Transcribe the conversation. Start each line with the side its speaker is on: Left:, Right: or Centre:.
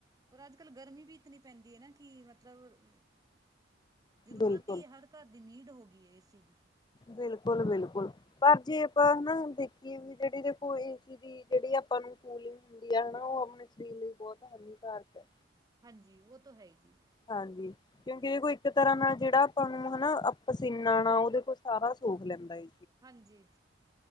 Right: ਪਰ ਅੱਜ ਕੱਲ੍ਹ ਗਰਮੀ ਵੀ ਇਤਨੀ ਪੈਂਦੀ ਹੈ ਨਾ ਕਿ ਮਤਲਬ ਜ਼ਰੂਰਤ
Left: ਬਿਲਕੁਲ,
Right: ਹੀ ਏ ਹਰ ਘਰ ਦੀ ਨੀਡ ਹੋ ਗਈ ਏ, ਏ ਸੀ।
Left: ਬਿਲਕੁਲ-ਬਿਲਕੁਲ ਪਰ ਜੇ ਆਪਾਂ ਹਨਾ, ਦੇਖੀਏ ਵੀ ਜਿਹੜੀ ਦੇਖੋ ਇਹ ਚ ਜਿਹੜੀ ਆਪਾਂ ਨੂੰ ਕੂਲਿੰਗ ਹੁੰਦੀ ਆ ਹਨਾ, ਉਹ ਆਪਣੇ ਸਰੀਰ ਲਈ ਬਹੁਤ ਹਾਨੀਕਾਰਕ ਹੈ।
Right: ਹਾਂਜੀ ਉਹ ਤਾਂ ਹੈ, ਜੀ
Left: ਹਾਂਜੀ- ਕਿਉਕਿ ਇਹਦੇ ਕੋਈ ਇਕ ਤਰ੍ਹਾਂ ਨਾਲ ਜਿਹੜਾ ਆਪਾਂ ਨੂੰ ਹਨਾ, ਪਸੀਨਾ ਨਾਲ ਉਹਦੇ ਕੋਲ ਸਾਰਾ ਸੋਖ ਲੈਂਦਾ ਹੈ।
Right: ਹਾਂਜੀ,